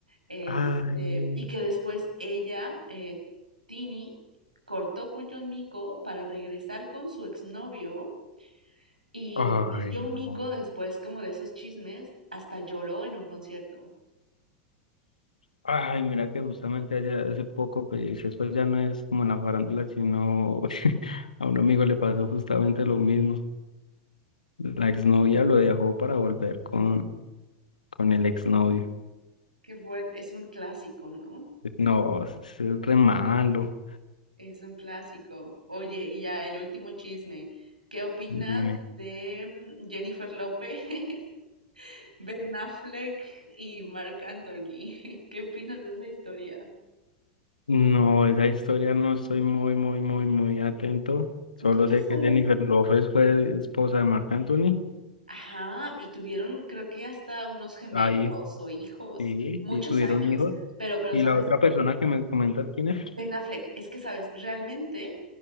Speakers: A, on the right; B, on the left.
A: este,
B: Ay,
A: y que después ella, eh, Tini, cortó con John Miko para regresar con su exnovio y,
B: ay,
A: y John
B: no.
A: Miko después como de esos chismes hasta lloró en un concierto,
B: Ay, mira que justamente hace, hace poco, pues eso ya no es como en la farándula, sino <laughs> a un amigo le pasó justamente lo mismo. La exnovia lo dejó para volver con, con el exnovio.
A: que fue, es un clásico, ¿no?
B: No, eso es re malo.
A: Es un clásico. Oye, y ya el último chisme, ¿qué opinas
B: Dime.
A: de mm, Jennifer López, <laughs> Ben Affleck y Marc Anthony? <laughs> ¿Qué opinas de esa historia?
B: No, esa historia no estoy muy, muy, muy, muy atento. Solo
A: ¿No te
B: sé
A: sabes
B: que Jennifer López fue esposa de Marc Anthony.
A: Ajá, y tuvieron creo que hasta unos gemelos
B: Ahí,
A: o hijos,
B: sí,
A: muchos
B: sí, tuvieron
A: años,
B: hijos.
A: pero, pero,
B: Y
A: ¿sabes?
B: la otra persona que me comentas quién es,
A: Ben Affleck, es que, ¿sabes? Realmente